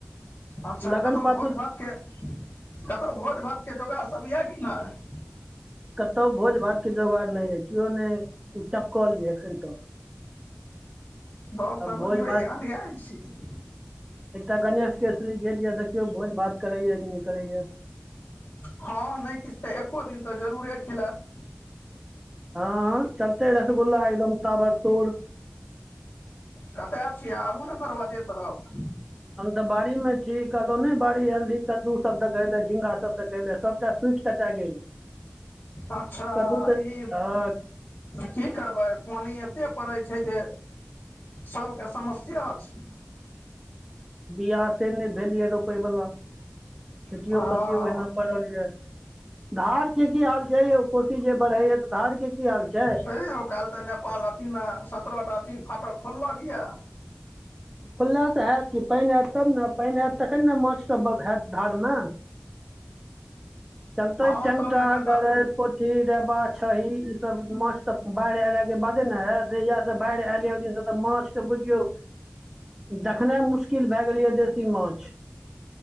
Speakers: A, on the left; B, on the right.
A: अच्छा
B: लगन
A: कतौ भोज
B: पाती
A: भातके कतौ भोज भातके जोगाड़सभ यऽ कि नइ
B: कतौ भोज भात के जोगाड़ नइ अइ केओ नइ टपकलय एखन तक
A: बप
B: आब
A: तऽ बुझिौै
B: भोज भात
A: य अन्धआ छी <unintelligible>
B: एकटा गणेश केसरी गेल ये देखियौ भोज भात करै कि नइ करै
A: हँ नइ किछु तऽ एक्को दिन तऽ जरूरे खिलायब
B: हँ चलतै रसगुल्ला एकदम ताबर तोड़
A: कतऽ छियै आबू ने दरवाजे तरफ
B: हम तऽ बाड़ी मे छी कहलौं नइ बाड़ी आयल रहि कद्दू सब देखै ले झिंगा सब देख सबटा सुख टटा गेल
A: अच्छा
B: कद्दू तऽ
A: ई
B: हँ
A: की करबै पानि एते पड़ै छै जे सबके समस्या छै
B: बिआ से नइ भेलै इए रोपयवला खेतिओ
A: हँ
B: पति ओहिना पड़ल यए धार के की हाल छै यौ कोशी जे बढ़ैया धार के की हाल छै
A: हे काल्ह तऽ नेपाल अथी मे सत्रह टा अथी फाटक खोललक यए
B: खोललक ह त कि पानि आयत तब ने पानि आयत तखन ने माछ सब हयत धार न चलते
A: हँ
B: टेंटा
A: तब ने कनिटा
B: गरै पोठी रेबा छही ई सब माछ तऽ बाढ़ि अएला के बादे ने हैत जहिया से बाढ़ि एयल ओहि दिन सब त माछ त बुझियौ देखनाइ मुशकिल भए गेलै य देशी माछ